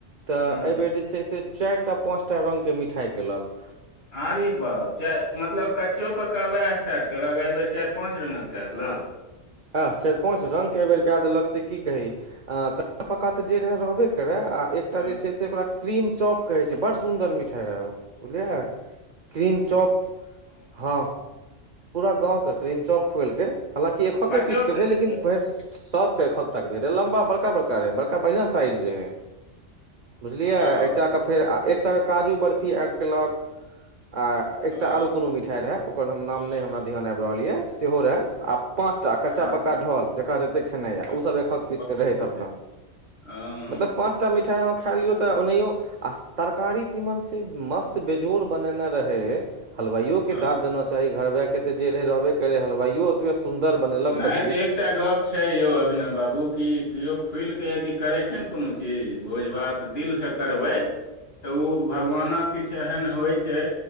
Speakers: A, on the right (about 40°); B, on the left (about 85°).
A: तऽ
B: हँ
A: एहिबेर जे छै से चारिटा पाँच टा रंगके मिठाइ कयेलक
B: आरे बाप च मतलब कच्चो पक्का उएह स्टार्ट केललक एहि बेर चारि पाँच रंगक क देलक
A: आह चाइर पाँच रंगके एहि बेेर कए देलक से की कही कच्चा पक्का तऽ जे रहै रहबे आ एकटा
B: हँ
A: जे छै ओकरा क्रीम चॉप कहै छै बड़ सुन्दर मिठाइ रहै ओ बुझलियै क्रीम चॉप हँ पूरा गाँव के क्रीन चौक खोएलि कै हालाँकि एकहके
B: बच्चो
A: पीसके
B: के
A: रहै लेकिन सबके खक द रहै लम्बा बड़का बड़का रहे बड़का बढ़िया साइज रहे बुझलियै
B: ओ
A: एकटाके फेर आ एकटाके काजू बर्फी ऐड कयलक आ एकटा
B: ओ
A: आरो कोनो मिठाइ रहै ओकर नाम नहि हमरा ध्यान आबि रहल यऽ सेहो रहै आ पाँच टा कच्चा
B: हँ
A: पक्का ढोल जकरा जतेक खेनाइए
B: हँ,
A: ओसभ एकहक पीस
B: बाप
A: कऽ रहै
B: रे।
A: सभके
B: हँ,
A: मतलब पाँचटा मिठाइ अहाँ खाए लियौ तऽ ओहियओ आ तरकारी तीमन से मस्त बेजोड़ बनेने रहै हलवाइयो के
B: हँ,
A: दाँद देना चाही घरबा के त जे रहे रहबे करे हलवइयो ओतबे सुन्दर बनेलक
B: नहि
A: सभकिछु
B: तऽ एकटा गप छै यौ अभिनव बाबू की खुलि कऽ यदि करै छै ने कोनो चीज भोज भात दिल सँ करबै तऽ ओ भगवानक किछु एहन होइ छै